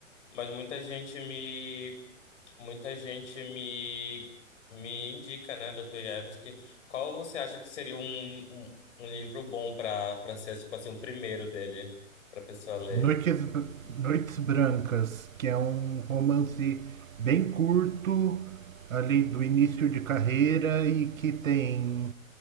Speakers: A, on the left (about 60°); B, on the right (about 75°).
A: mas muita gente me, muita gente me, me indica, né, Dr. Ievski, qual você acha que seria um, um, um livro bom para para ser tipo assim, o primeiro dele para pessoa ler?
B: Noites, Br- Noites Brancas, que é um romance bem curto, ali do início de carreira e que tem.